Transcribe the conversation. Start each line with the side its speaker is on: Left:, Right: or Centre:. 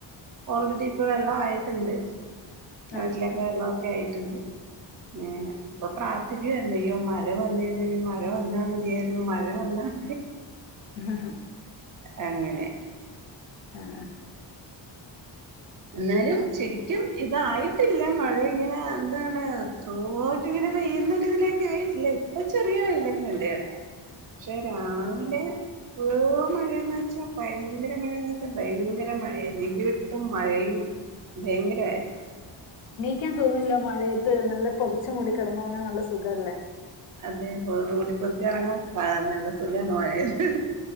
Right: ഓൾറെഡിയിപ്പൊ വെള്ളമായിട്ടുണ്ട്. കെണറ്റിലൊക്കെ
Left: ആ
Right: വെള്ളമൊക്കെയായിട്ടുണ്ട്. ഇങ്ങനെ ഇപ്പൊ പ്രാർത്ഥിക്കുവായിരുന്നു. അയ്യോ മഴ വന്നിരുന്നെങ്കിൽ, മഴ വന്നാമതിയായിരുന്നു, മഴ വന്നാ <inaudible>
Left: ആഹ്.. ഹാ..
Right: അങ്ങനെ
Left: ആഹ്
Right: ന്നാലും ശെരിയ്ക്കും ഇതായിട്ടില്ല മഴെങ്ങനെ എന്താണ് തോട്ട്ല്ത് പെയ്ന്നൊക്കെ ഇതിലേക്കെ ട്ടില്ലെ ഇപ്പൊ ചെറ്യ വെലൊക്കെണ്ടെടാ ശെ രാവിലെ
Left: ആണല്ലേ
Right: ഓ മഴെന്ന്ച്ചാ ഭയെങ്കര മഴെന്ന്ച്ചാ ഭയങ്കര മഴെയിരുന്നു ഇടി വെട്ടും മഴേം ഭയങ്കരമായിര്ന്നു
Left: ക്യാൻ തോന്ന്നില്ല മഴേത് നല്ല പൊതച് മൂടി കെടന്നോറങ്ങാ നല്ല സുഖല്ലേ
Right: അതെപ്പോ മൂടിപ്പൊതച്ചോറങ്ങ ആഹ് നല്ല സുഖാണ് മഴെത്